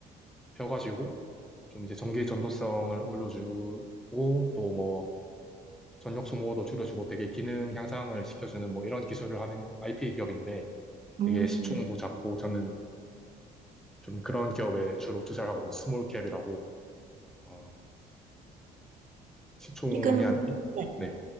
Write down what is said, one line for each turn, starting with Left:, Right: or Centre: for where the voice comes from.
Centre: 펴가지고 좀 이제 전기 전도성을 올려주고 또 뭐 전력 소모도 줄여주고 되게 기능 향상을 시켜주는 뭐 이런 기술을 하는 IP 기업인데 되게
Right: 음,
Centre: 시총도 작고 저는 좀 그런 기업에 주로 투자를 하거든요. 스몰 캡이라고. 어, 시총이
Right: 지금,
Centre: 한, 이-
Right: 네.
Centre: 네.